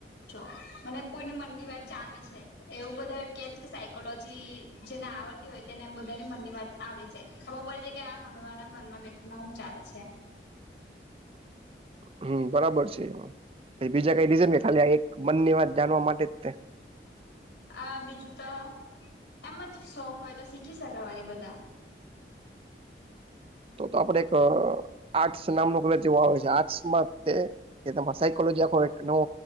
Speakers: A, on the left; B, on the right.
A: જો મને કોઈની મનની વાત જાણવી છે. એવું બધા કેશે કે સાયકોલોજી જેને આવડતી હોય તેને એમ બધાની મનની વાત આવી જાય ખબર પડી જાય કે આ હામેવાળા મનમાં વ્યક્તિ માં હું ચાલે છે.
B: હમ્મ બરાબર છે એછ બીજા કઈ રીઝન ખાલી એક મનની વાત જાણવા માટે જ છે.
A: આ બીજું તો, એમ જ શોખ હોય તો શીખી શકે વાળ બધા.
B: તો તો આપણે એક આર્ટસ નામનું ક જેવ આવે છે આર્ટસમાં તે કે તમારે સાયકોલોજી આખો એક નવો